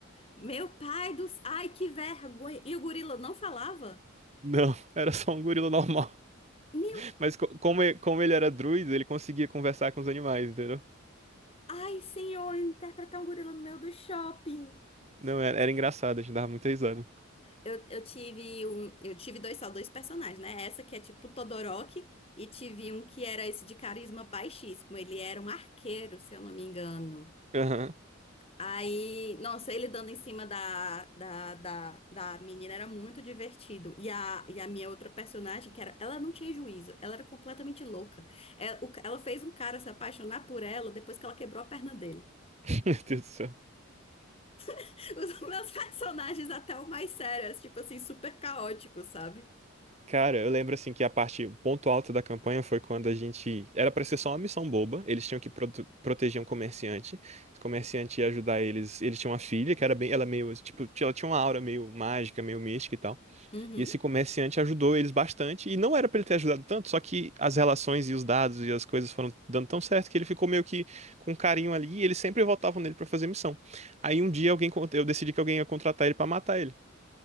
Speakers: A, on the left (about 30°); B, on the right (about 35°).
A: Meu pai dos... Ai, que vergonha! E o gorila não falava?
B: <laughs> Não, era só um gorila normal.
A: Meu...
B: Mas co- como, e- como ele era druida, ele conseguia conversar com os animais, entendeu?
A: Ai, senhor, interpretar um gorila no meio do shopping.
B: Não, era, era engraçado, a gente dava muita risada.
A: Eu, eu tive um, eu tive dois só dois personagens, né? Essa que é tipo Todoroki e tive um que era esse de carisma baixíssimo. Ele era um arqueiro, se eu não me engano.
B: Aham.
A: Aí, nossa, ele dando em cima da, da, da, da menina era muito divertido. E a, e a minha outra personagem, que era, ela não tinha juízo, ela era completamente louca. Ela, o ca- ela fez um cara se apaixonar por ela depois que ela quebrou a perna dele.
B: <laughs> Meu Deus do céu.
A: <laughs> Os meus personagens até o mais sérios, tipo assim, super caóticos, sabe?
B: Cara, eu lembro assim que a parte, o ponto alto da campanha foi quando a gente. Era pra ser só uma missão boba. Eles tinham que prote- proteger um comerciante. Esse comerciante ia ajudar eles. Eles tinham uma filha que era bem. Ela meio. Tipo, ela tinha uma aura meio mágica, meio mística e tal.
A: Uhum.
B: E esse comerciante ajudou eles bastante, e não era pra ele ter ajudado tanto, só que as relações e os dados e as coisas foram dando tão certo que ele ficou meio que com um carinho ali, e eles sempre voltavam nele pra fazer missão. Aí um dia alguém, con- eu decidi que alguém ia contratar ele pra matar ele.